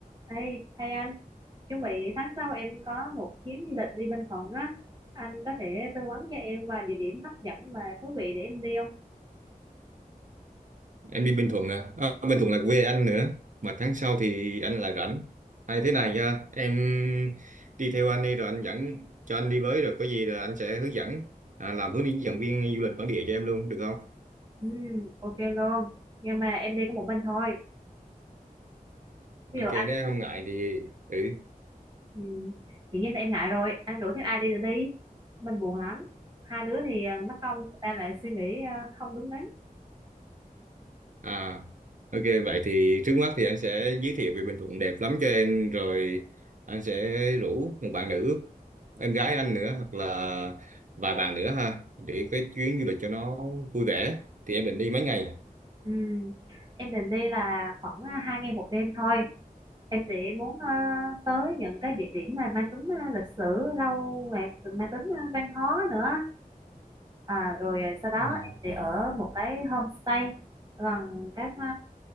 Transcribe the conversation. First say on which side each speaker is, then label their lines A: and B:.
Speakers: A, on the right; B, on the right.
A: Ê, hay anh, chuẩn bị tháng sau em có một chuyến du lịch đi Bình Thuận á. Anh có thể tư vấn cho em vài địa điểm hấp dẫn và thú vị để em đi không?
B: em đi Bình Thuận à? à Bình Thuận là quê anh nữa mà tháng sau thì anh lại rảnh hay thế này nha em đi theo anh đi rồi anh dẫn cho anh đi với rồi có gì là anh sẽ hướng dẫn à, làm hướng dẫn viên du lịch bản địa cho em luôn được không
A: Ừ, ok luôn. Nhưng mà em đi có một mình thôi. Ví
B: ok
A: dụ anh,
B: nếu em không ngại thì ừ
A: ừ, dĩ nhiên là em ngại rồi. Anh rủ thêm ai đi rồi đi. Mình buồn lắm. Hai đứa thì ờ, mất công người ta lại suy nghĩ ờ, không đúng đắn.
B: à ok vậy thì trước mắt thì anh sẽ giới thiệu về Bình Thuận đẹp lắm cho em rồi anh sẽ rủ một bạn nữ em gái anh nữa hoặc là vài bạn nữa ha để cái chuyến du lịch cho nó vui vẻ thì em định đi mấy ngày
A: Ừ, em định đi là khoảng ờ, hai ngày một đêm thôi. em sẽ muốn ờ, tới những cái địa điểm mà mang tính ờ, lịch sử lâu nè rồi mang tính ờ, văn hóa nữa à, rồi ờ, sau đó
B: Ừ.
A: em sẽ ở một cái homestay gần các ờ,